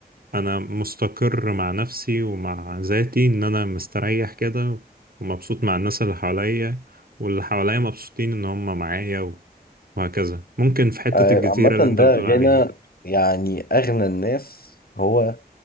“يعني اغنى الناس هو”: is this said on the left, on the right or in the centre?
Left